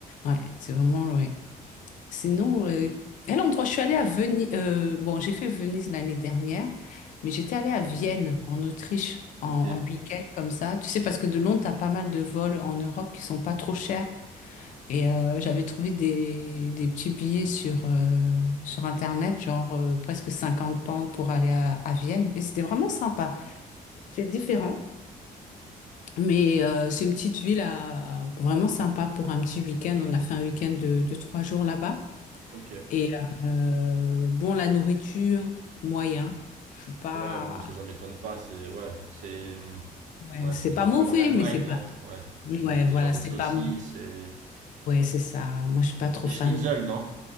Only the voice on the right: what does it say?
Ok,
ok.
Ouais, bon, ça, ça m'étonne pas. C'est, ouais, c'est, hum,
ouais,
c'est
un peu
comme en Allemagne,
non? Ouais.
Ouais, c'est
genre des
saucisses
et
des
schnitzel, non?